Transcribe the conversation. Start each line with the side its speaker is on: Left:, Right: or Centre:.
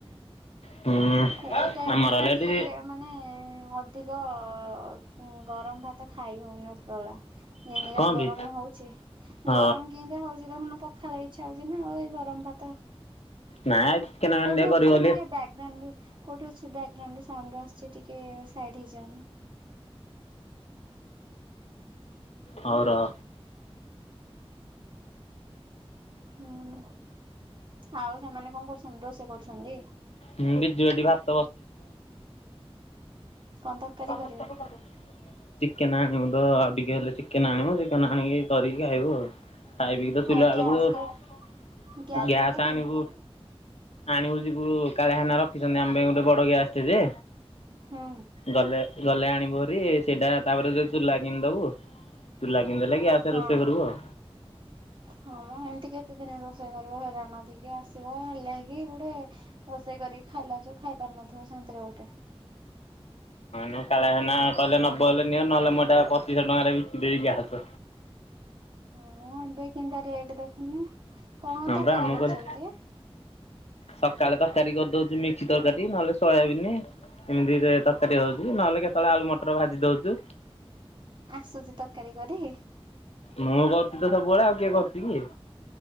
Left: ହୁଁ
Right: ଏଇ ଟାଇମ୍
Left: ଆମର
Right: ରେ
Left: ହେଲେ
Right: ତ
Left: ଏଠି
Right: ଦି ଆ, ମାନେ ଅଧିକ ଉଁ, ଗରମ ଭାତ ତ ଖାଇ ହଉନି ଉପରଳା, ଯେମତିକା
Left: କଣ
Right: ଗରମ
Left: ବି
Right: ହଉଛି
Left: ହଁ।
Right: ଗରମ କେମିତିକା ହଉଛି ଦେଖୁନୁ ପଖାଳ ଇଚ୍ଛା ହଉଛି ନା, ଆଉ ଏଇ ଗରମ ଭାତ,
Left: ନାଇଁ ଚିକେନ ଫିକେନ
Right: କୋଉଠି
Left: ଟିକେ
Right: ଅଛୁ
Left: କରିବି ବୋଲି
Right: ଟିକେ ବ୍ୟାଗ୍ ଗ୍ରାଉଣ୍ଡୁ, କୋଉଠି ଅଛୁ ବ୍ୟାଗ୍ ଗ୍ରାଉଣ୍ଡ ରୁ ସାଉଣ୍ଡ ଆସୁଛି ଟିକେ ସାଇଟ୍ ହେଇଯାଉନୁ।
Left: ହଉ ରହ।
Right: ହୁଁ। ଆଉ ସେମାନେ କଣ କରୁଛନ୍ତି, ରୋଷେଇ କରୁଛନ୍ତି?
Left: ମୁଁ ବିଜୁ ଏଠି ଭାତ
Right: କଣ ତରକାରୀ
Left: ଚିକେନ୍
Right: କରିବ?
Left: ଆଣିବୁନ୍ ତ ଆଉ ଟିକେ ହେଲେ ଚିକେ ଚିକେନ ଆଣିବ ଚିକେନ ଆଣିକି କରିଛି ଖାଇବୁ ଆଉ। ଖାଇ ପିଇକି ତ ଶୋଇଲା
Right: ଆଉ ଗ୍ୟାସ
Left: ବେଳକୁ
Right: ରେ ଗ୍ୟାସ
Left: ଗ୍ୟାସ୍
Right: ହକା କେମିତି
Left: ଆଣିବୁ ଆଣିବୁ ଯି ଓ କାଳେ ହେନା ରଖିଛନ୍ତି ଆମ ପାଇଁ ଗୋଟେ ବଡ ଗ୍ୟାସ୍ ଟେ ଯେ
Right: ହୁଁ।
Left: ଗଲେ ଗଲେ ଆଣିବୁଭାରି ସେଇଟା ତାପରେ ତା ଚୁଲା କିଣିଦବୁ ଚୁଲା କିଣିଦେଲେ ଗ୍ୟାସରେ
Right: ହଁ
Left: ରୋଷେଇ କରିବୁ ଆଉ।
Right: ହଁ ମ ଏମିତି କେତେ ଦିନ ରୋ କରିବ ହଇରାଣ ଅଧିକା ଆସିବ ହେଲାକି ଗୋଟେ ରୋଷେଇ କରିକି ଖାଇଲା ବେଳେ ଯୋଉ ଖାଇ ପାରୁନଥିବ ଶାନ୍ତି ରେ ଗୋଟେ।
Left: ହଁ କାଳିଆ ନନା କହିଲେ ନବ ହେଲେ ନିଅ ନହେଲେ ମୁଁ ଏଟା ପଚିଶହ ଟଙ୍କାରେ ବିକିଦେବି ଗ୍ୟାସ୍।
Right: ହଁ ଏବେ କେମିତିଆ ରେଟ୍ ଦେଖୁନୁ। କଣ
Left: ହଁ
Right: ତରକାରୀ
Left: ପରା ମୁଁ
Right: କରିଛ
Left: କହିଲି
Right: କି ରେ?
Left: ସକାଳେ ତରକାରୀ କରିଦଉଛି ମିକ୍ସି ତରକାରୀ ନହେଲେ ସୋୟାବିିନ ଏମିତି କାଟି ଦଉଛି ନହଲେ କେତେଳେ ଆଳୁ ମ ଭାଜି ଦଉଛୁ।
Right: ଆସୁଛି ତରକାରୀ କରି?
Left: ମୁଁ କରୁଛି ତ ସବୁବେଳେ ଆଉ କିଏ କରୁଛି କି?